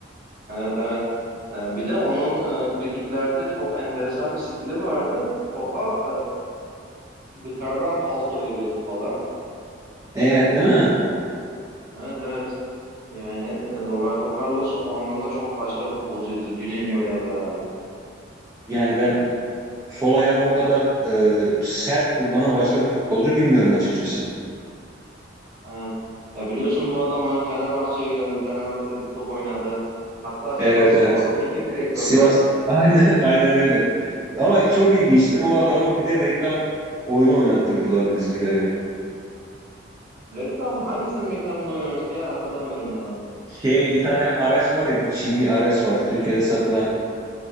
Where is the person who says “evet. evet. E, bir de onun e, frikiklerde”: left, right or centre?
Right